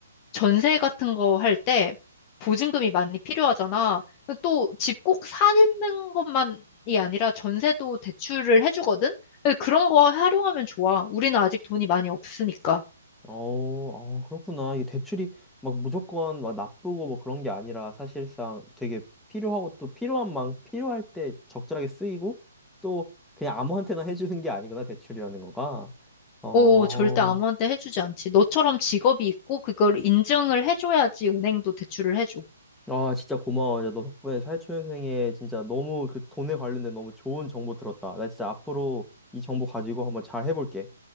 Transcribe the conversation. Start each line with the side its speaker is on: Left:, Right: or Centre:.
Left: 전세 같은 거 할 때 보증금이 많이 필요하잖아. 또 집 꼭 사는 것만이 아니라 전세도 대출을 해주거든? 근데 그런 거 활용하면 좋아. 우리는 아직 돈이 많이 없으니까.
Centre: 어, 아, 그렇구나. 이게 대출이 막 무조건 막 나쁘고 뭐 그런 게 아니라 사실상 되게 필요하고 또 필요한 만 필요할 때 적절하게 쓰이고 또 그냥 아무한테나 해주는 게 아니구나, 대출이라는 거가. 어,
Left: 오, 절대 아무한테 해주지 않지. 너처럼 직업이 있고 그걸 인증을 해줘야지 은행도 대출을 해줘.
Centre: 아, 진짜 고마워. 야, 너 덕분에 사회초년생에 진짜 너무 그 돈에 관련된 너무 좋은 정보 들었다. 나 진짜 앞으로 이 정보 가지고 한번 잘 해볼게.